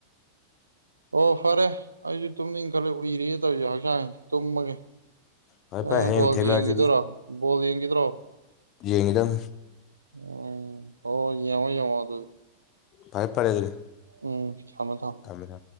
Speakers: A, on the right; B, on the left.
A: ꯑꯣ ꯐꯔꯦ ꯑꯩꯖꯨ ꯇꯨꯝꯅꯤꯡ ꯈꯂ ꯎꯏꯔꯤꯌꯦꯦ ꯇꯧꯁ ꯍꯛꯆꯥꯡ ꯇꯨꯝꯃꯒꯦ
B: ꯐꯔꯦ
A: ꯑ
B: ꯐꯔꯦ ꯍꯌꯦꯡ
A: ꯕꯣꯜ
B: ꯊꯦꯡꯅꯔꯁꯤ
A: ꯌꯦꯡꯒꯤꯗꯔꯣ ꯕꯣꯜ ꯌꯦꯡꯒꯗ꯭ꯔꯣ
B: ꯌꯦꯉꯗꯝ
A: ꯎꯝ ꯍ ꯌꯦꯉꯣ ꯌꯦꯉꯣ ꯑꯗꯨ
B: ꯐꯔꯦ ꯐꯔꯦ ꯑꯗꯨꯗꯤ
A: ꯎꯝ ꯀꯃ ꯊꯝ
B: ꯊꯝꯃꯦ ꯊꯝꯃꯦ